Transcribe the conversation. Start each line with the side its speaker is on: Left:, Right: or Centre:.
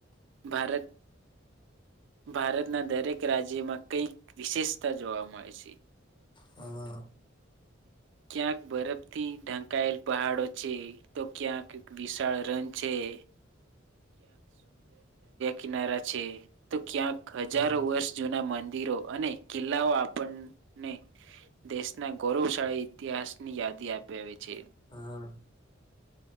Right: ભારત ભારતના દરેક રાજ્યમાં કઈક વિશેષતા જોવા મળે છે
Left: હા
Right: ક્યાંક બરફ થી ઢંકાયેલ પહાડો છે તો ક્યાંક વિશાળ રન છે બે કિનારા છે તો ક્યાંક
Left: હા
Right: હજારો વર્ષ જૂના મંદિરો અને કિલ્લા કિલ્લાઓ આપણને દેશના ગૌરવશાળી ઇતિહાસ ની યાદી આપે અપાવે છે
Left: હા